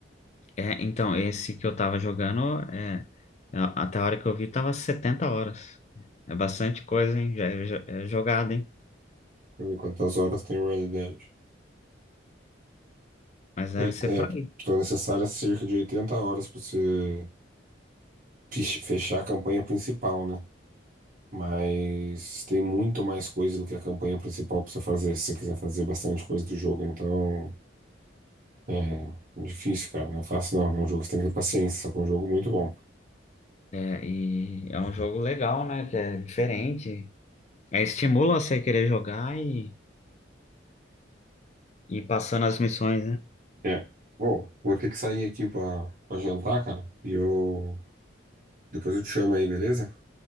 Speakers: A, on the left (about 35°); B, on the right (about 45°).
A: É, então, esse que eu tava jogando, é, é, até a hora que eu vi, tava 70 horas. É bastante coisa, hein? Já É, jo- é jogada, hein?
B: Deixa eu ver quantas horas tem o Red Dead.
A: Mas deve
B: Oit-
A: ser
B: é,
A: por aí.
B: são necessárias cerca de 80 horas pra você fech- fechar a campanha principal, né? Mas tem muito mais coisa do que a campanha principal pra você fazer, se você quiser fazer bastante coisa do jogo. Então, é difícil, cara. Não é fácil, não. É um jogo que você tem que ter paciência, só que é um jogo muito bom.
A: É, e é um jogo legal, né? Que é diferente. É, estimula você querer jogar e, e ir passando as missões, né?
B: É. Bom, vou ter que sair aqui pra, pra jantar, cara. E eu. Depois eu te chamo aí, beleza?